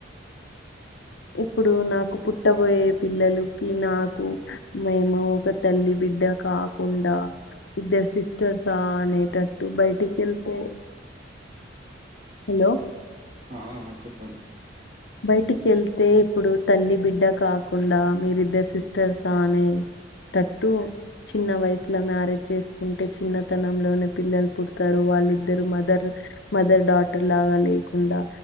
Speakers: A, on the left (about 65°); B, on the right (about 35°).
A: ఇప్పుడు నాకు పుట్టబోయే పిల్లలుకి, నాకు, మేము ఒక తల్లి బిడ్డ కాకుండా, ఇద్దరు సిస్టర్సా అనేటట్టు బయటిక్ వెళ్తే హాలో
B: ఆ ఆ చెప్పండ్
A: బయటికి ఏళ్తే ఇప్పుడు తల్లి బిడ్డ కాకుండా మీరిద్దరు సిస్టర్సా అనే టట్టు చిన్న వయసులో మ్యారేజ్ చేసుకుంటే చిన్నతనంలోనే పిల్లలు పుడతారు వాళ్ళిద్దరు మదర్ మదర్ డాటర్ లాగా లేకుండా